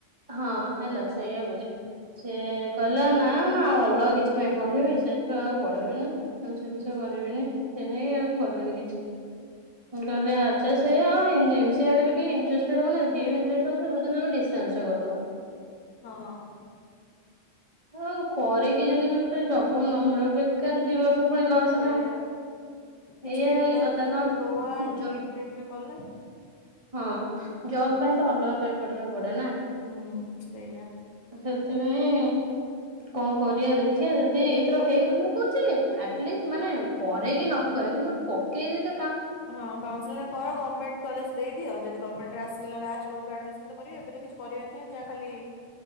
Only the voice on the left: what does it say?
ହୁଁ
ହଁ
ସେଇଆ
କିଛି
ପିଲା
ଯେ ସଉଆ
କିଟ ମିଟ ରେ କଲେ
ହୁଁ ସେଇଆ
ହଁ, କାଉନସିଲଂ କର ଗର୍ମେଣ୍ଟ କଲେଜ ଦେଇଦିଅ ଯଦି ଗର୍ମେଣ୍ଟରେ ଆସି ଲାଷ୍ଟ ବେଳକୁ ଆଡ଼ମିଶନ ତ କରିବେ ଏବେ ତ କିଛି କରିବେନି ଯାହା ଖାଲି